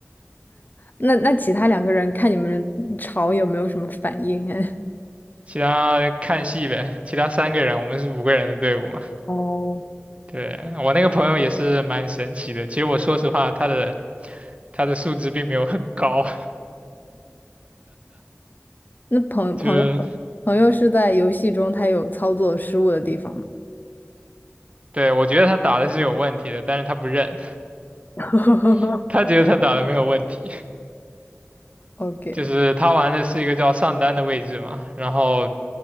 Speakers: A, on the left; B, on the right.
A: 那那其他两个人看你们吵有没有什么反应哎？
B: 其他看戏呗，其他三个人，我们是五个人的队伍嘛。
A: <laughs> 哦，
B: 对，我那个朋友也是蛮神奇的。其实我说实话，他的他的素质并没有很高，
A: 那朋朋友
B: <laughs> 就是
A: 朋友是在游戏中他有操作失误的地方吗
B: 对，我觉得他打的是有问题的，但是他不认，
A: <laughs>
B: <laughs> 他觉得他打的没有问题。
A: ？OK
B: 就是他玩的是一个叫上单的位置嘛，然后